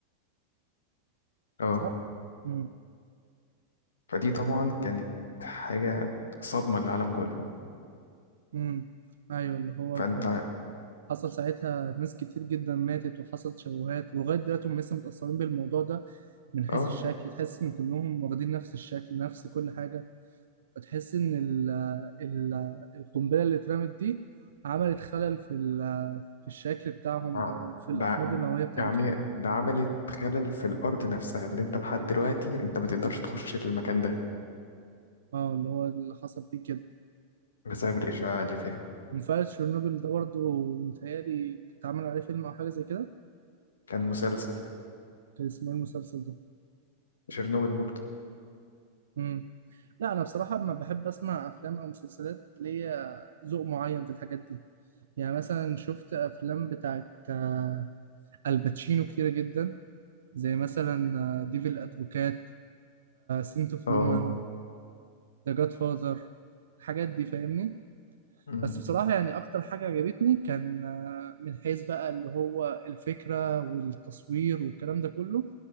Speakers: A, on the left; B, on the right.
A: اه
B: صح؟ امم
A: فدي طبعا كانت حاجة صدمة للعالم كله
B: امم ايوه اللي هو
A: فانت
B: حصل ساعتها ناس كتير جدا ماتت وحصل تشوهات ولغايه دلوقتي هم لسه متاثرين بالموضوع ده من حيث
A: اه
B: الشكل تحس ان كلهم واخدين نفس الشكل نفس كل حاجه فتحس ان ال ال القنبله اللي اترمت دي عملت خلل في ال- في الشكل بتاعهم
A: آه.
B: او في الاحماض
A: ده
B: النوويه بتاعتهم
A: يعني ده عملت خلل في الأرض نفسها اللي انت لحد دلوقتي انت ما تقدرش تخش المكان ده
B: اه اللي هو اللي حصل فيه كده
A: بسبب الإشعاع اللي فيها
B: منفعل تشيرنوبل ده برضه متهيألي اتعمل عليه فيلم او حاجه زي كده
A: كان مسلسل
B: كان اسمه إيه المسلسل
A: تشيرنوبل برضه
B: ده لا انا بصراحه ما بحب اسمع افلام او مسلسلات ليا ذوق معين في الحاجات دي يعني مثلا شفت افلام بتاعت آه، الباتشينو كتيره جدا زي مثلا ديفل ادفوكات سنت اوف
A: اه
B: وومن ذا جاد فاذر الحاجات دي فاهمني
A: أمم.
B: بس بصراحه يعني اكتر حاجه عجبتني كان آه، من حيث بقى اللي هو الفكره والتصوير والكلام ده كله